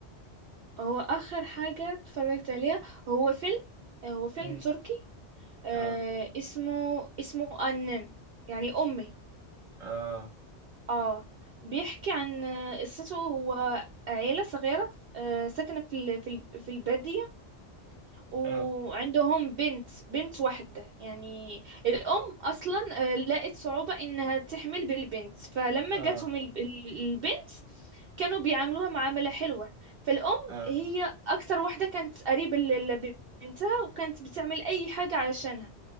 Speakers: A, on the right; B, on the right.
A: هو اخر حاجه اتفرجت عليها هو فيلم هو فيلم
B: امم
A: تركي آه
B: آه
A: اسمه اسمه انم يعني امي
B: آه
A: اه بيحكي عن آه، قصته هو عيله صغيره آه ساكنه في ال- في ال- في الباديه وعندهم
B: آه
A: بنت بنت واحدة يعني الأم أصلا آه، لقت صعوبة إنها تحمل بالبنت فلما
B: آه
A: جاتهم الب- ال- البنت كانوا بيعاملوها معاملة حلوة فالأم
B: آه
A: هي أكثر واحدة كانت قريبة ل- لبنتها وكانت بتعمل أي حاجة علشانها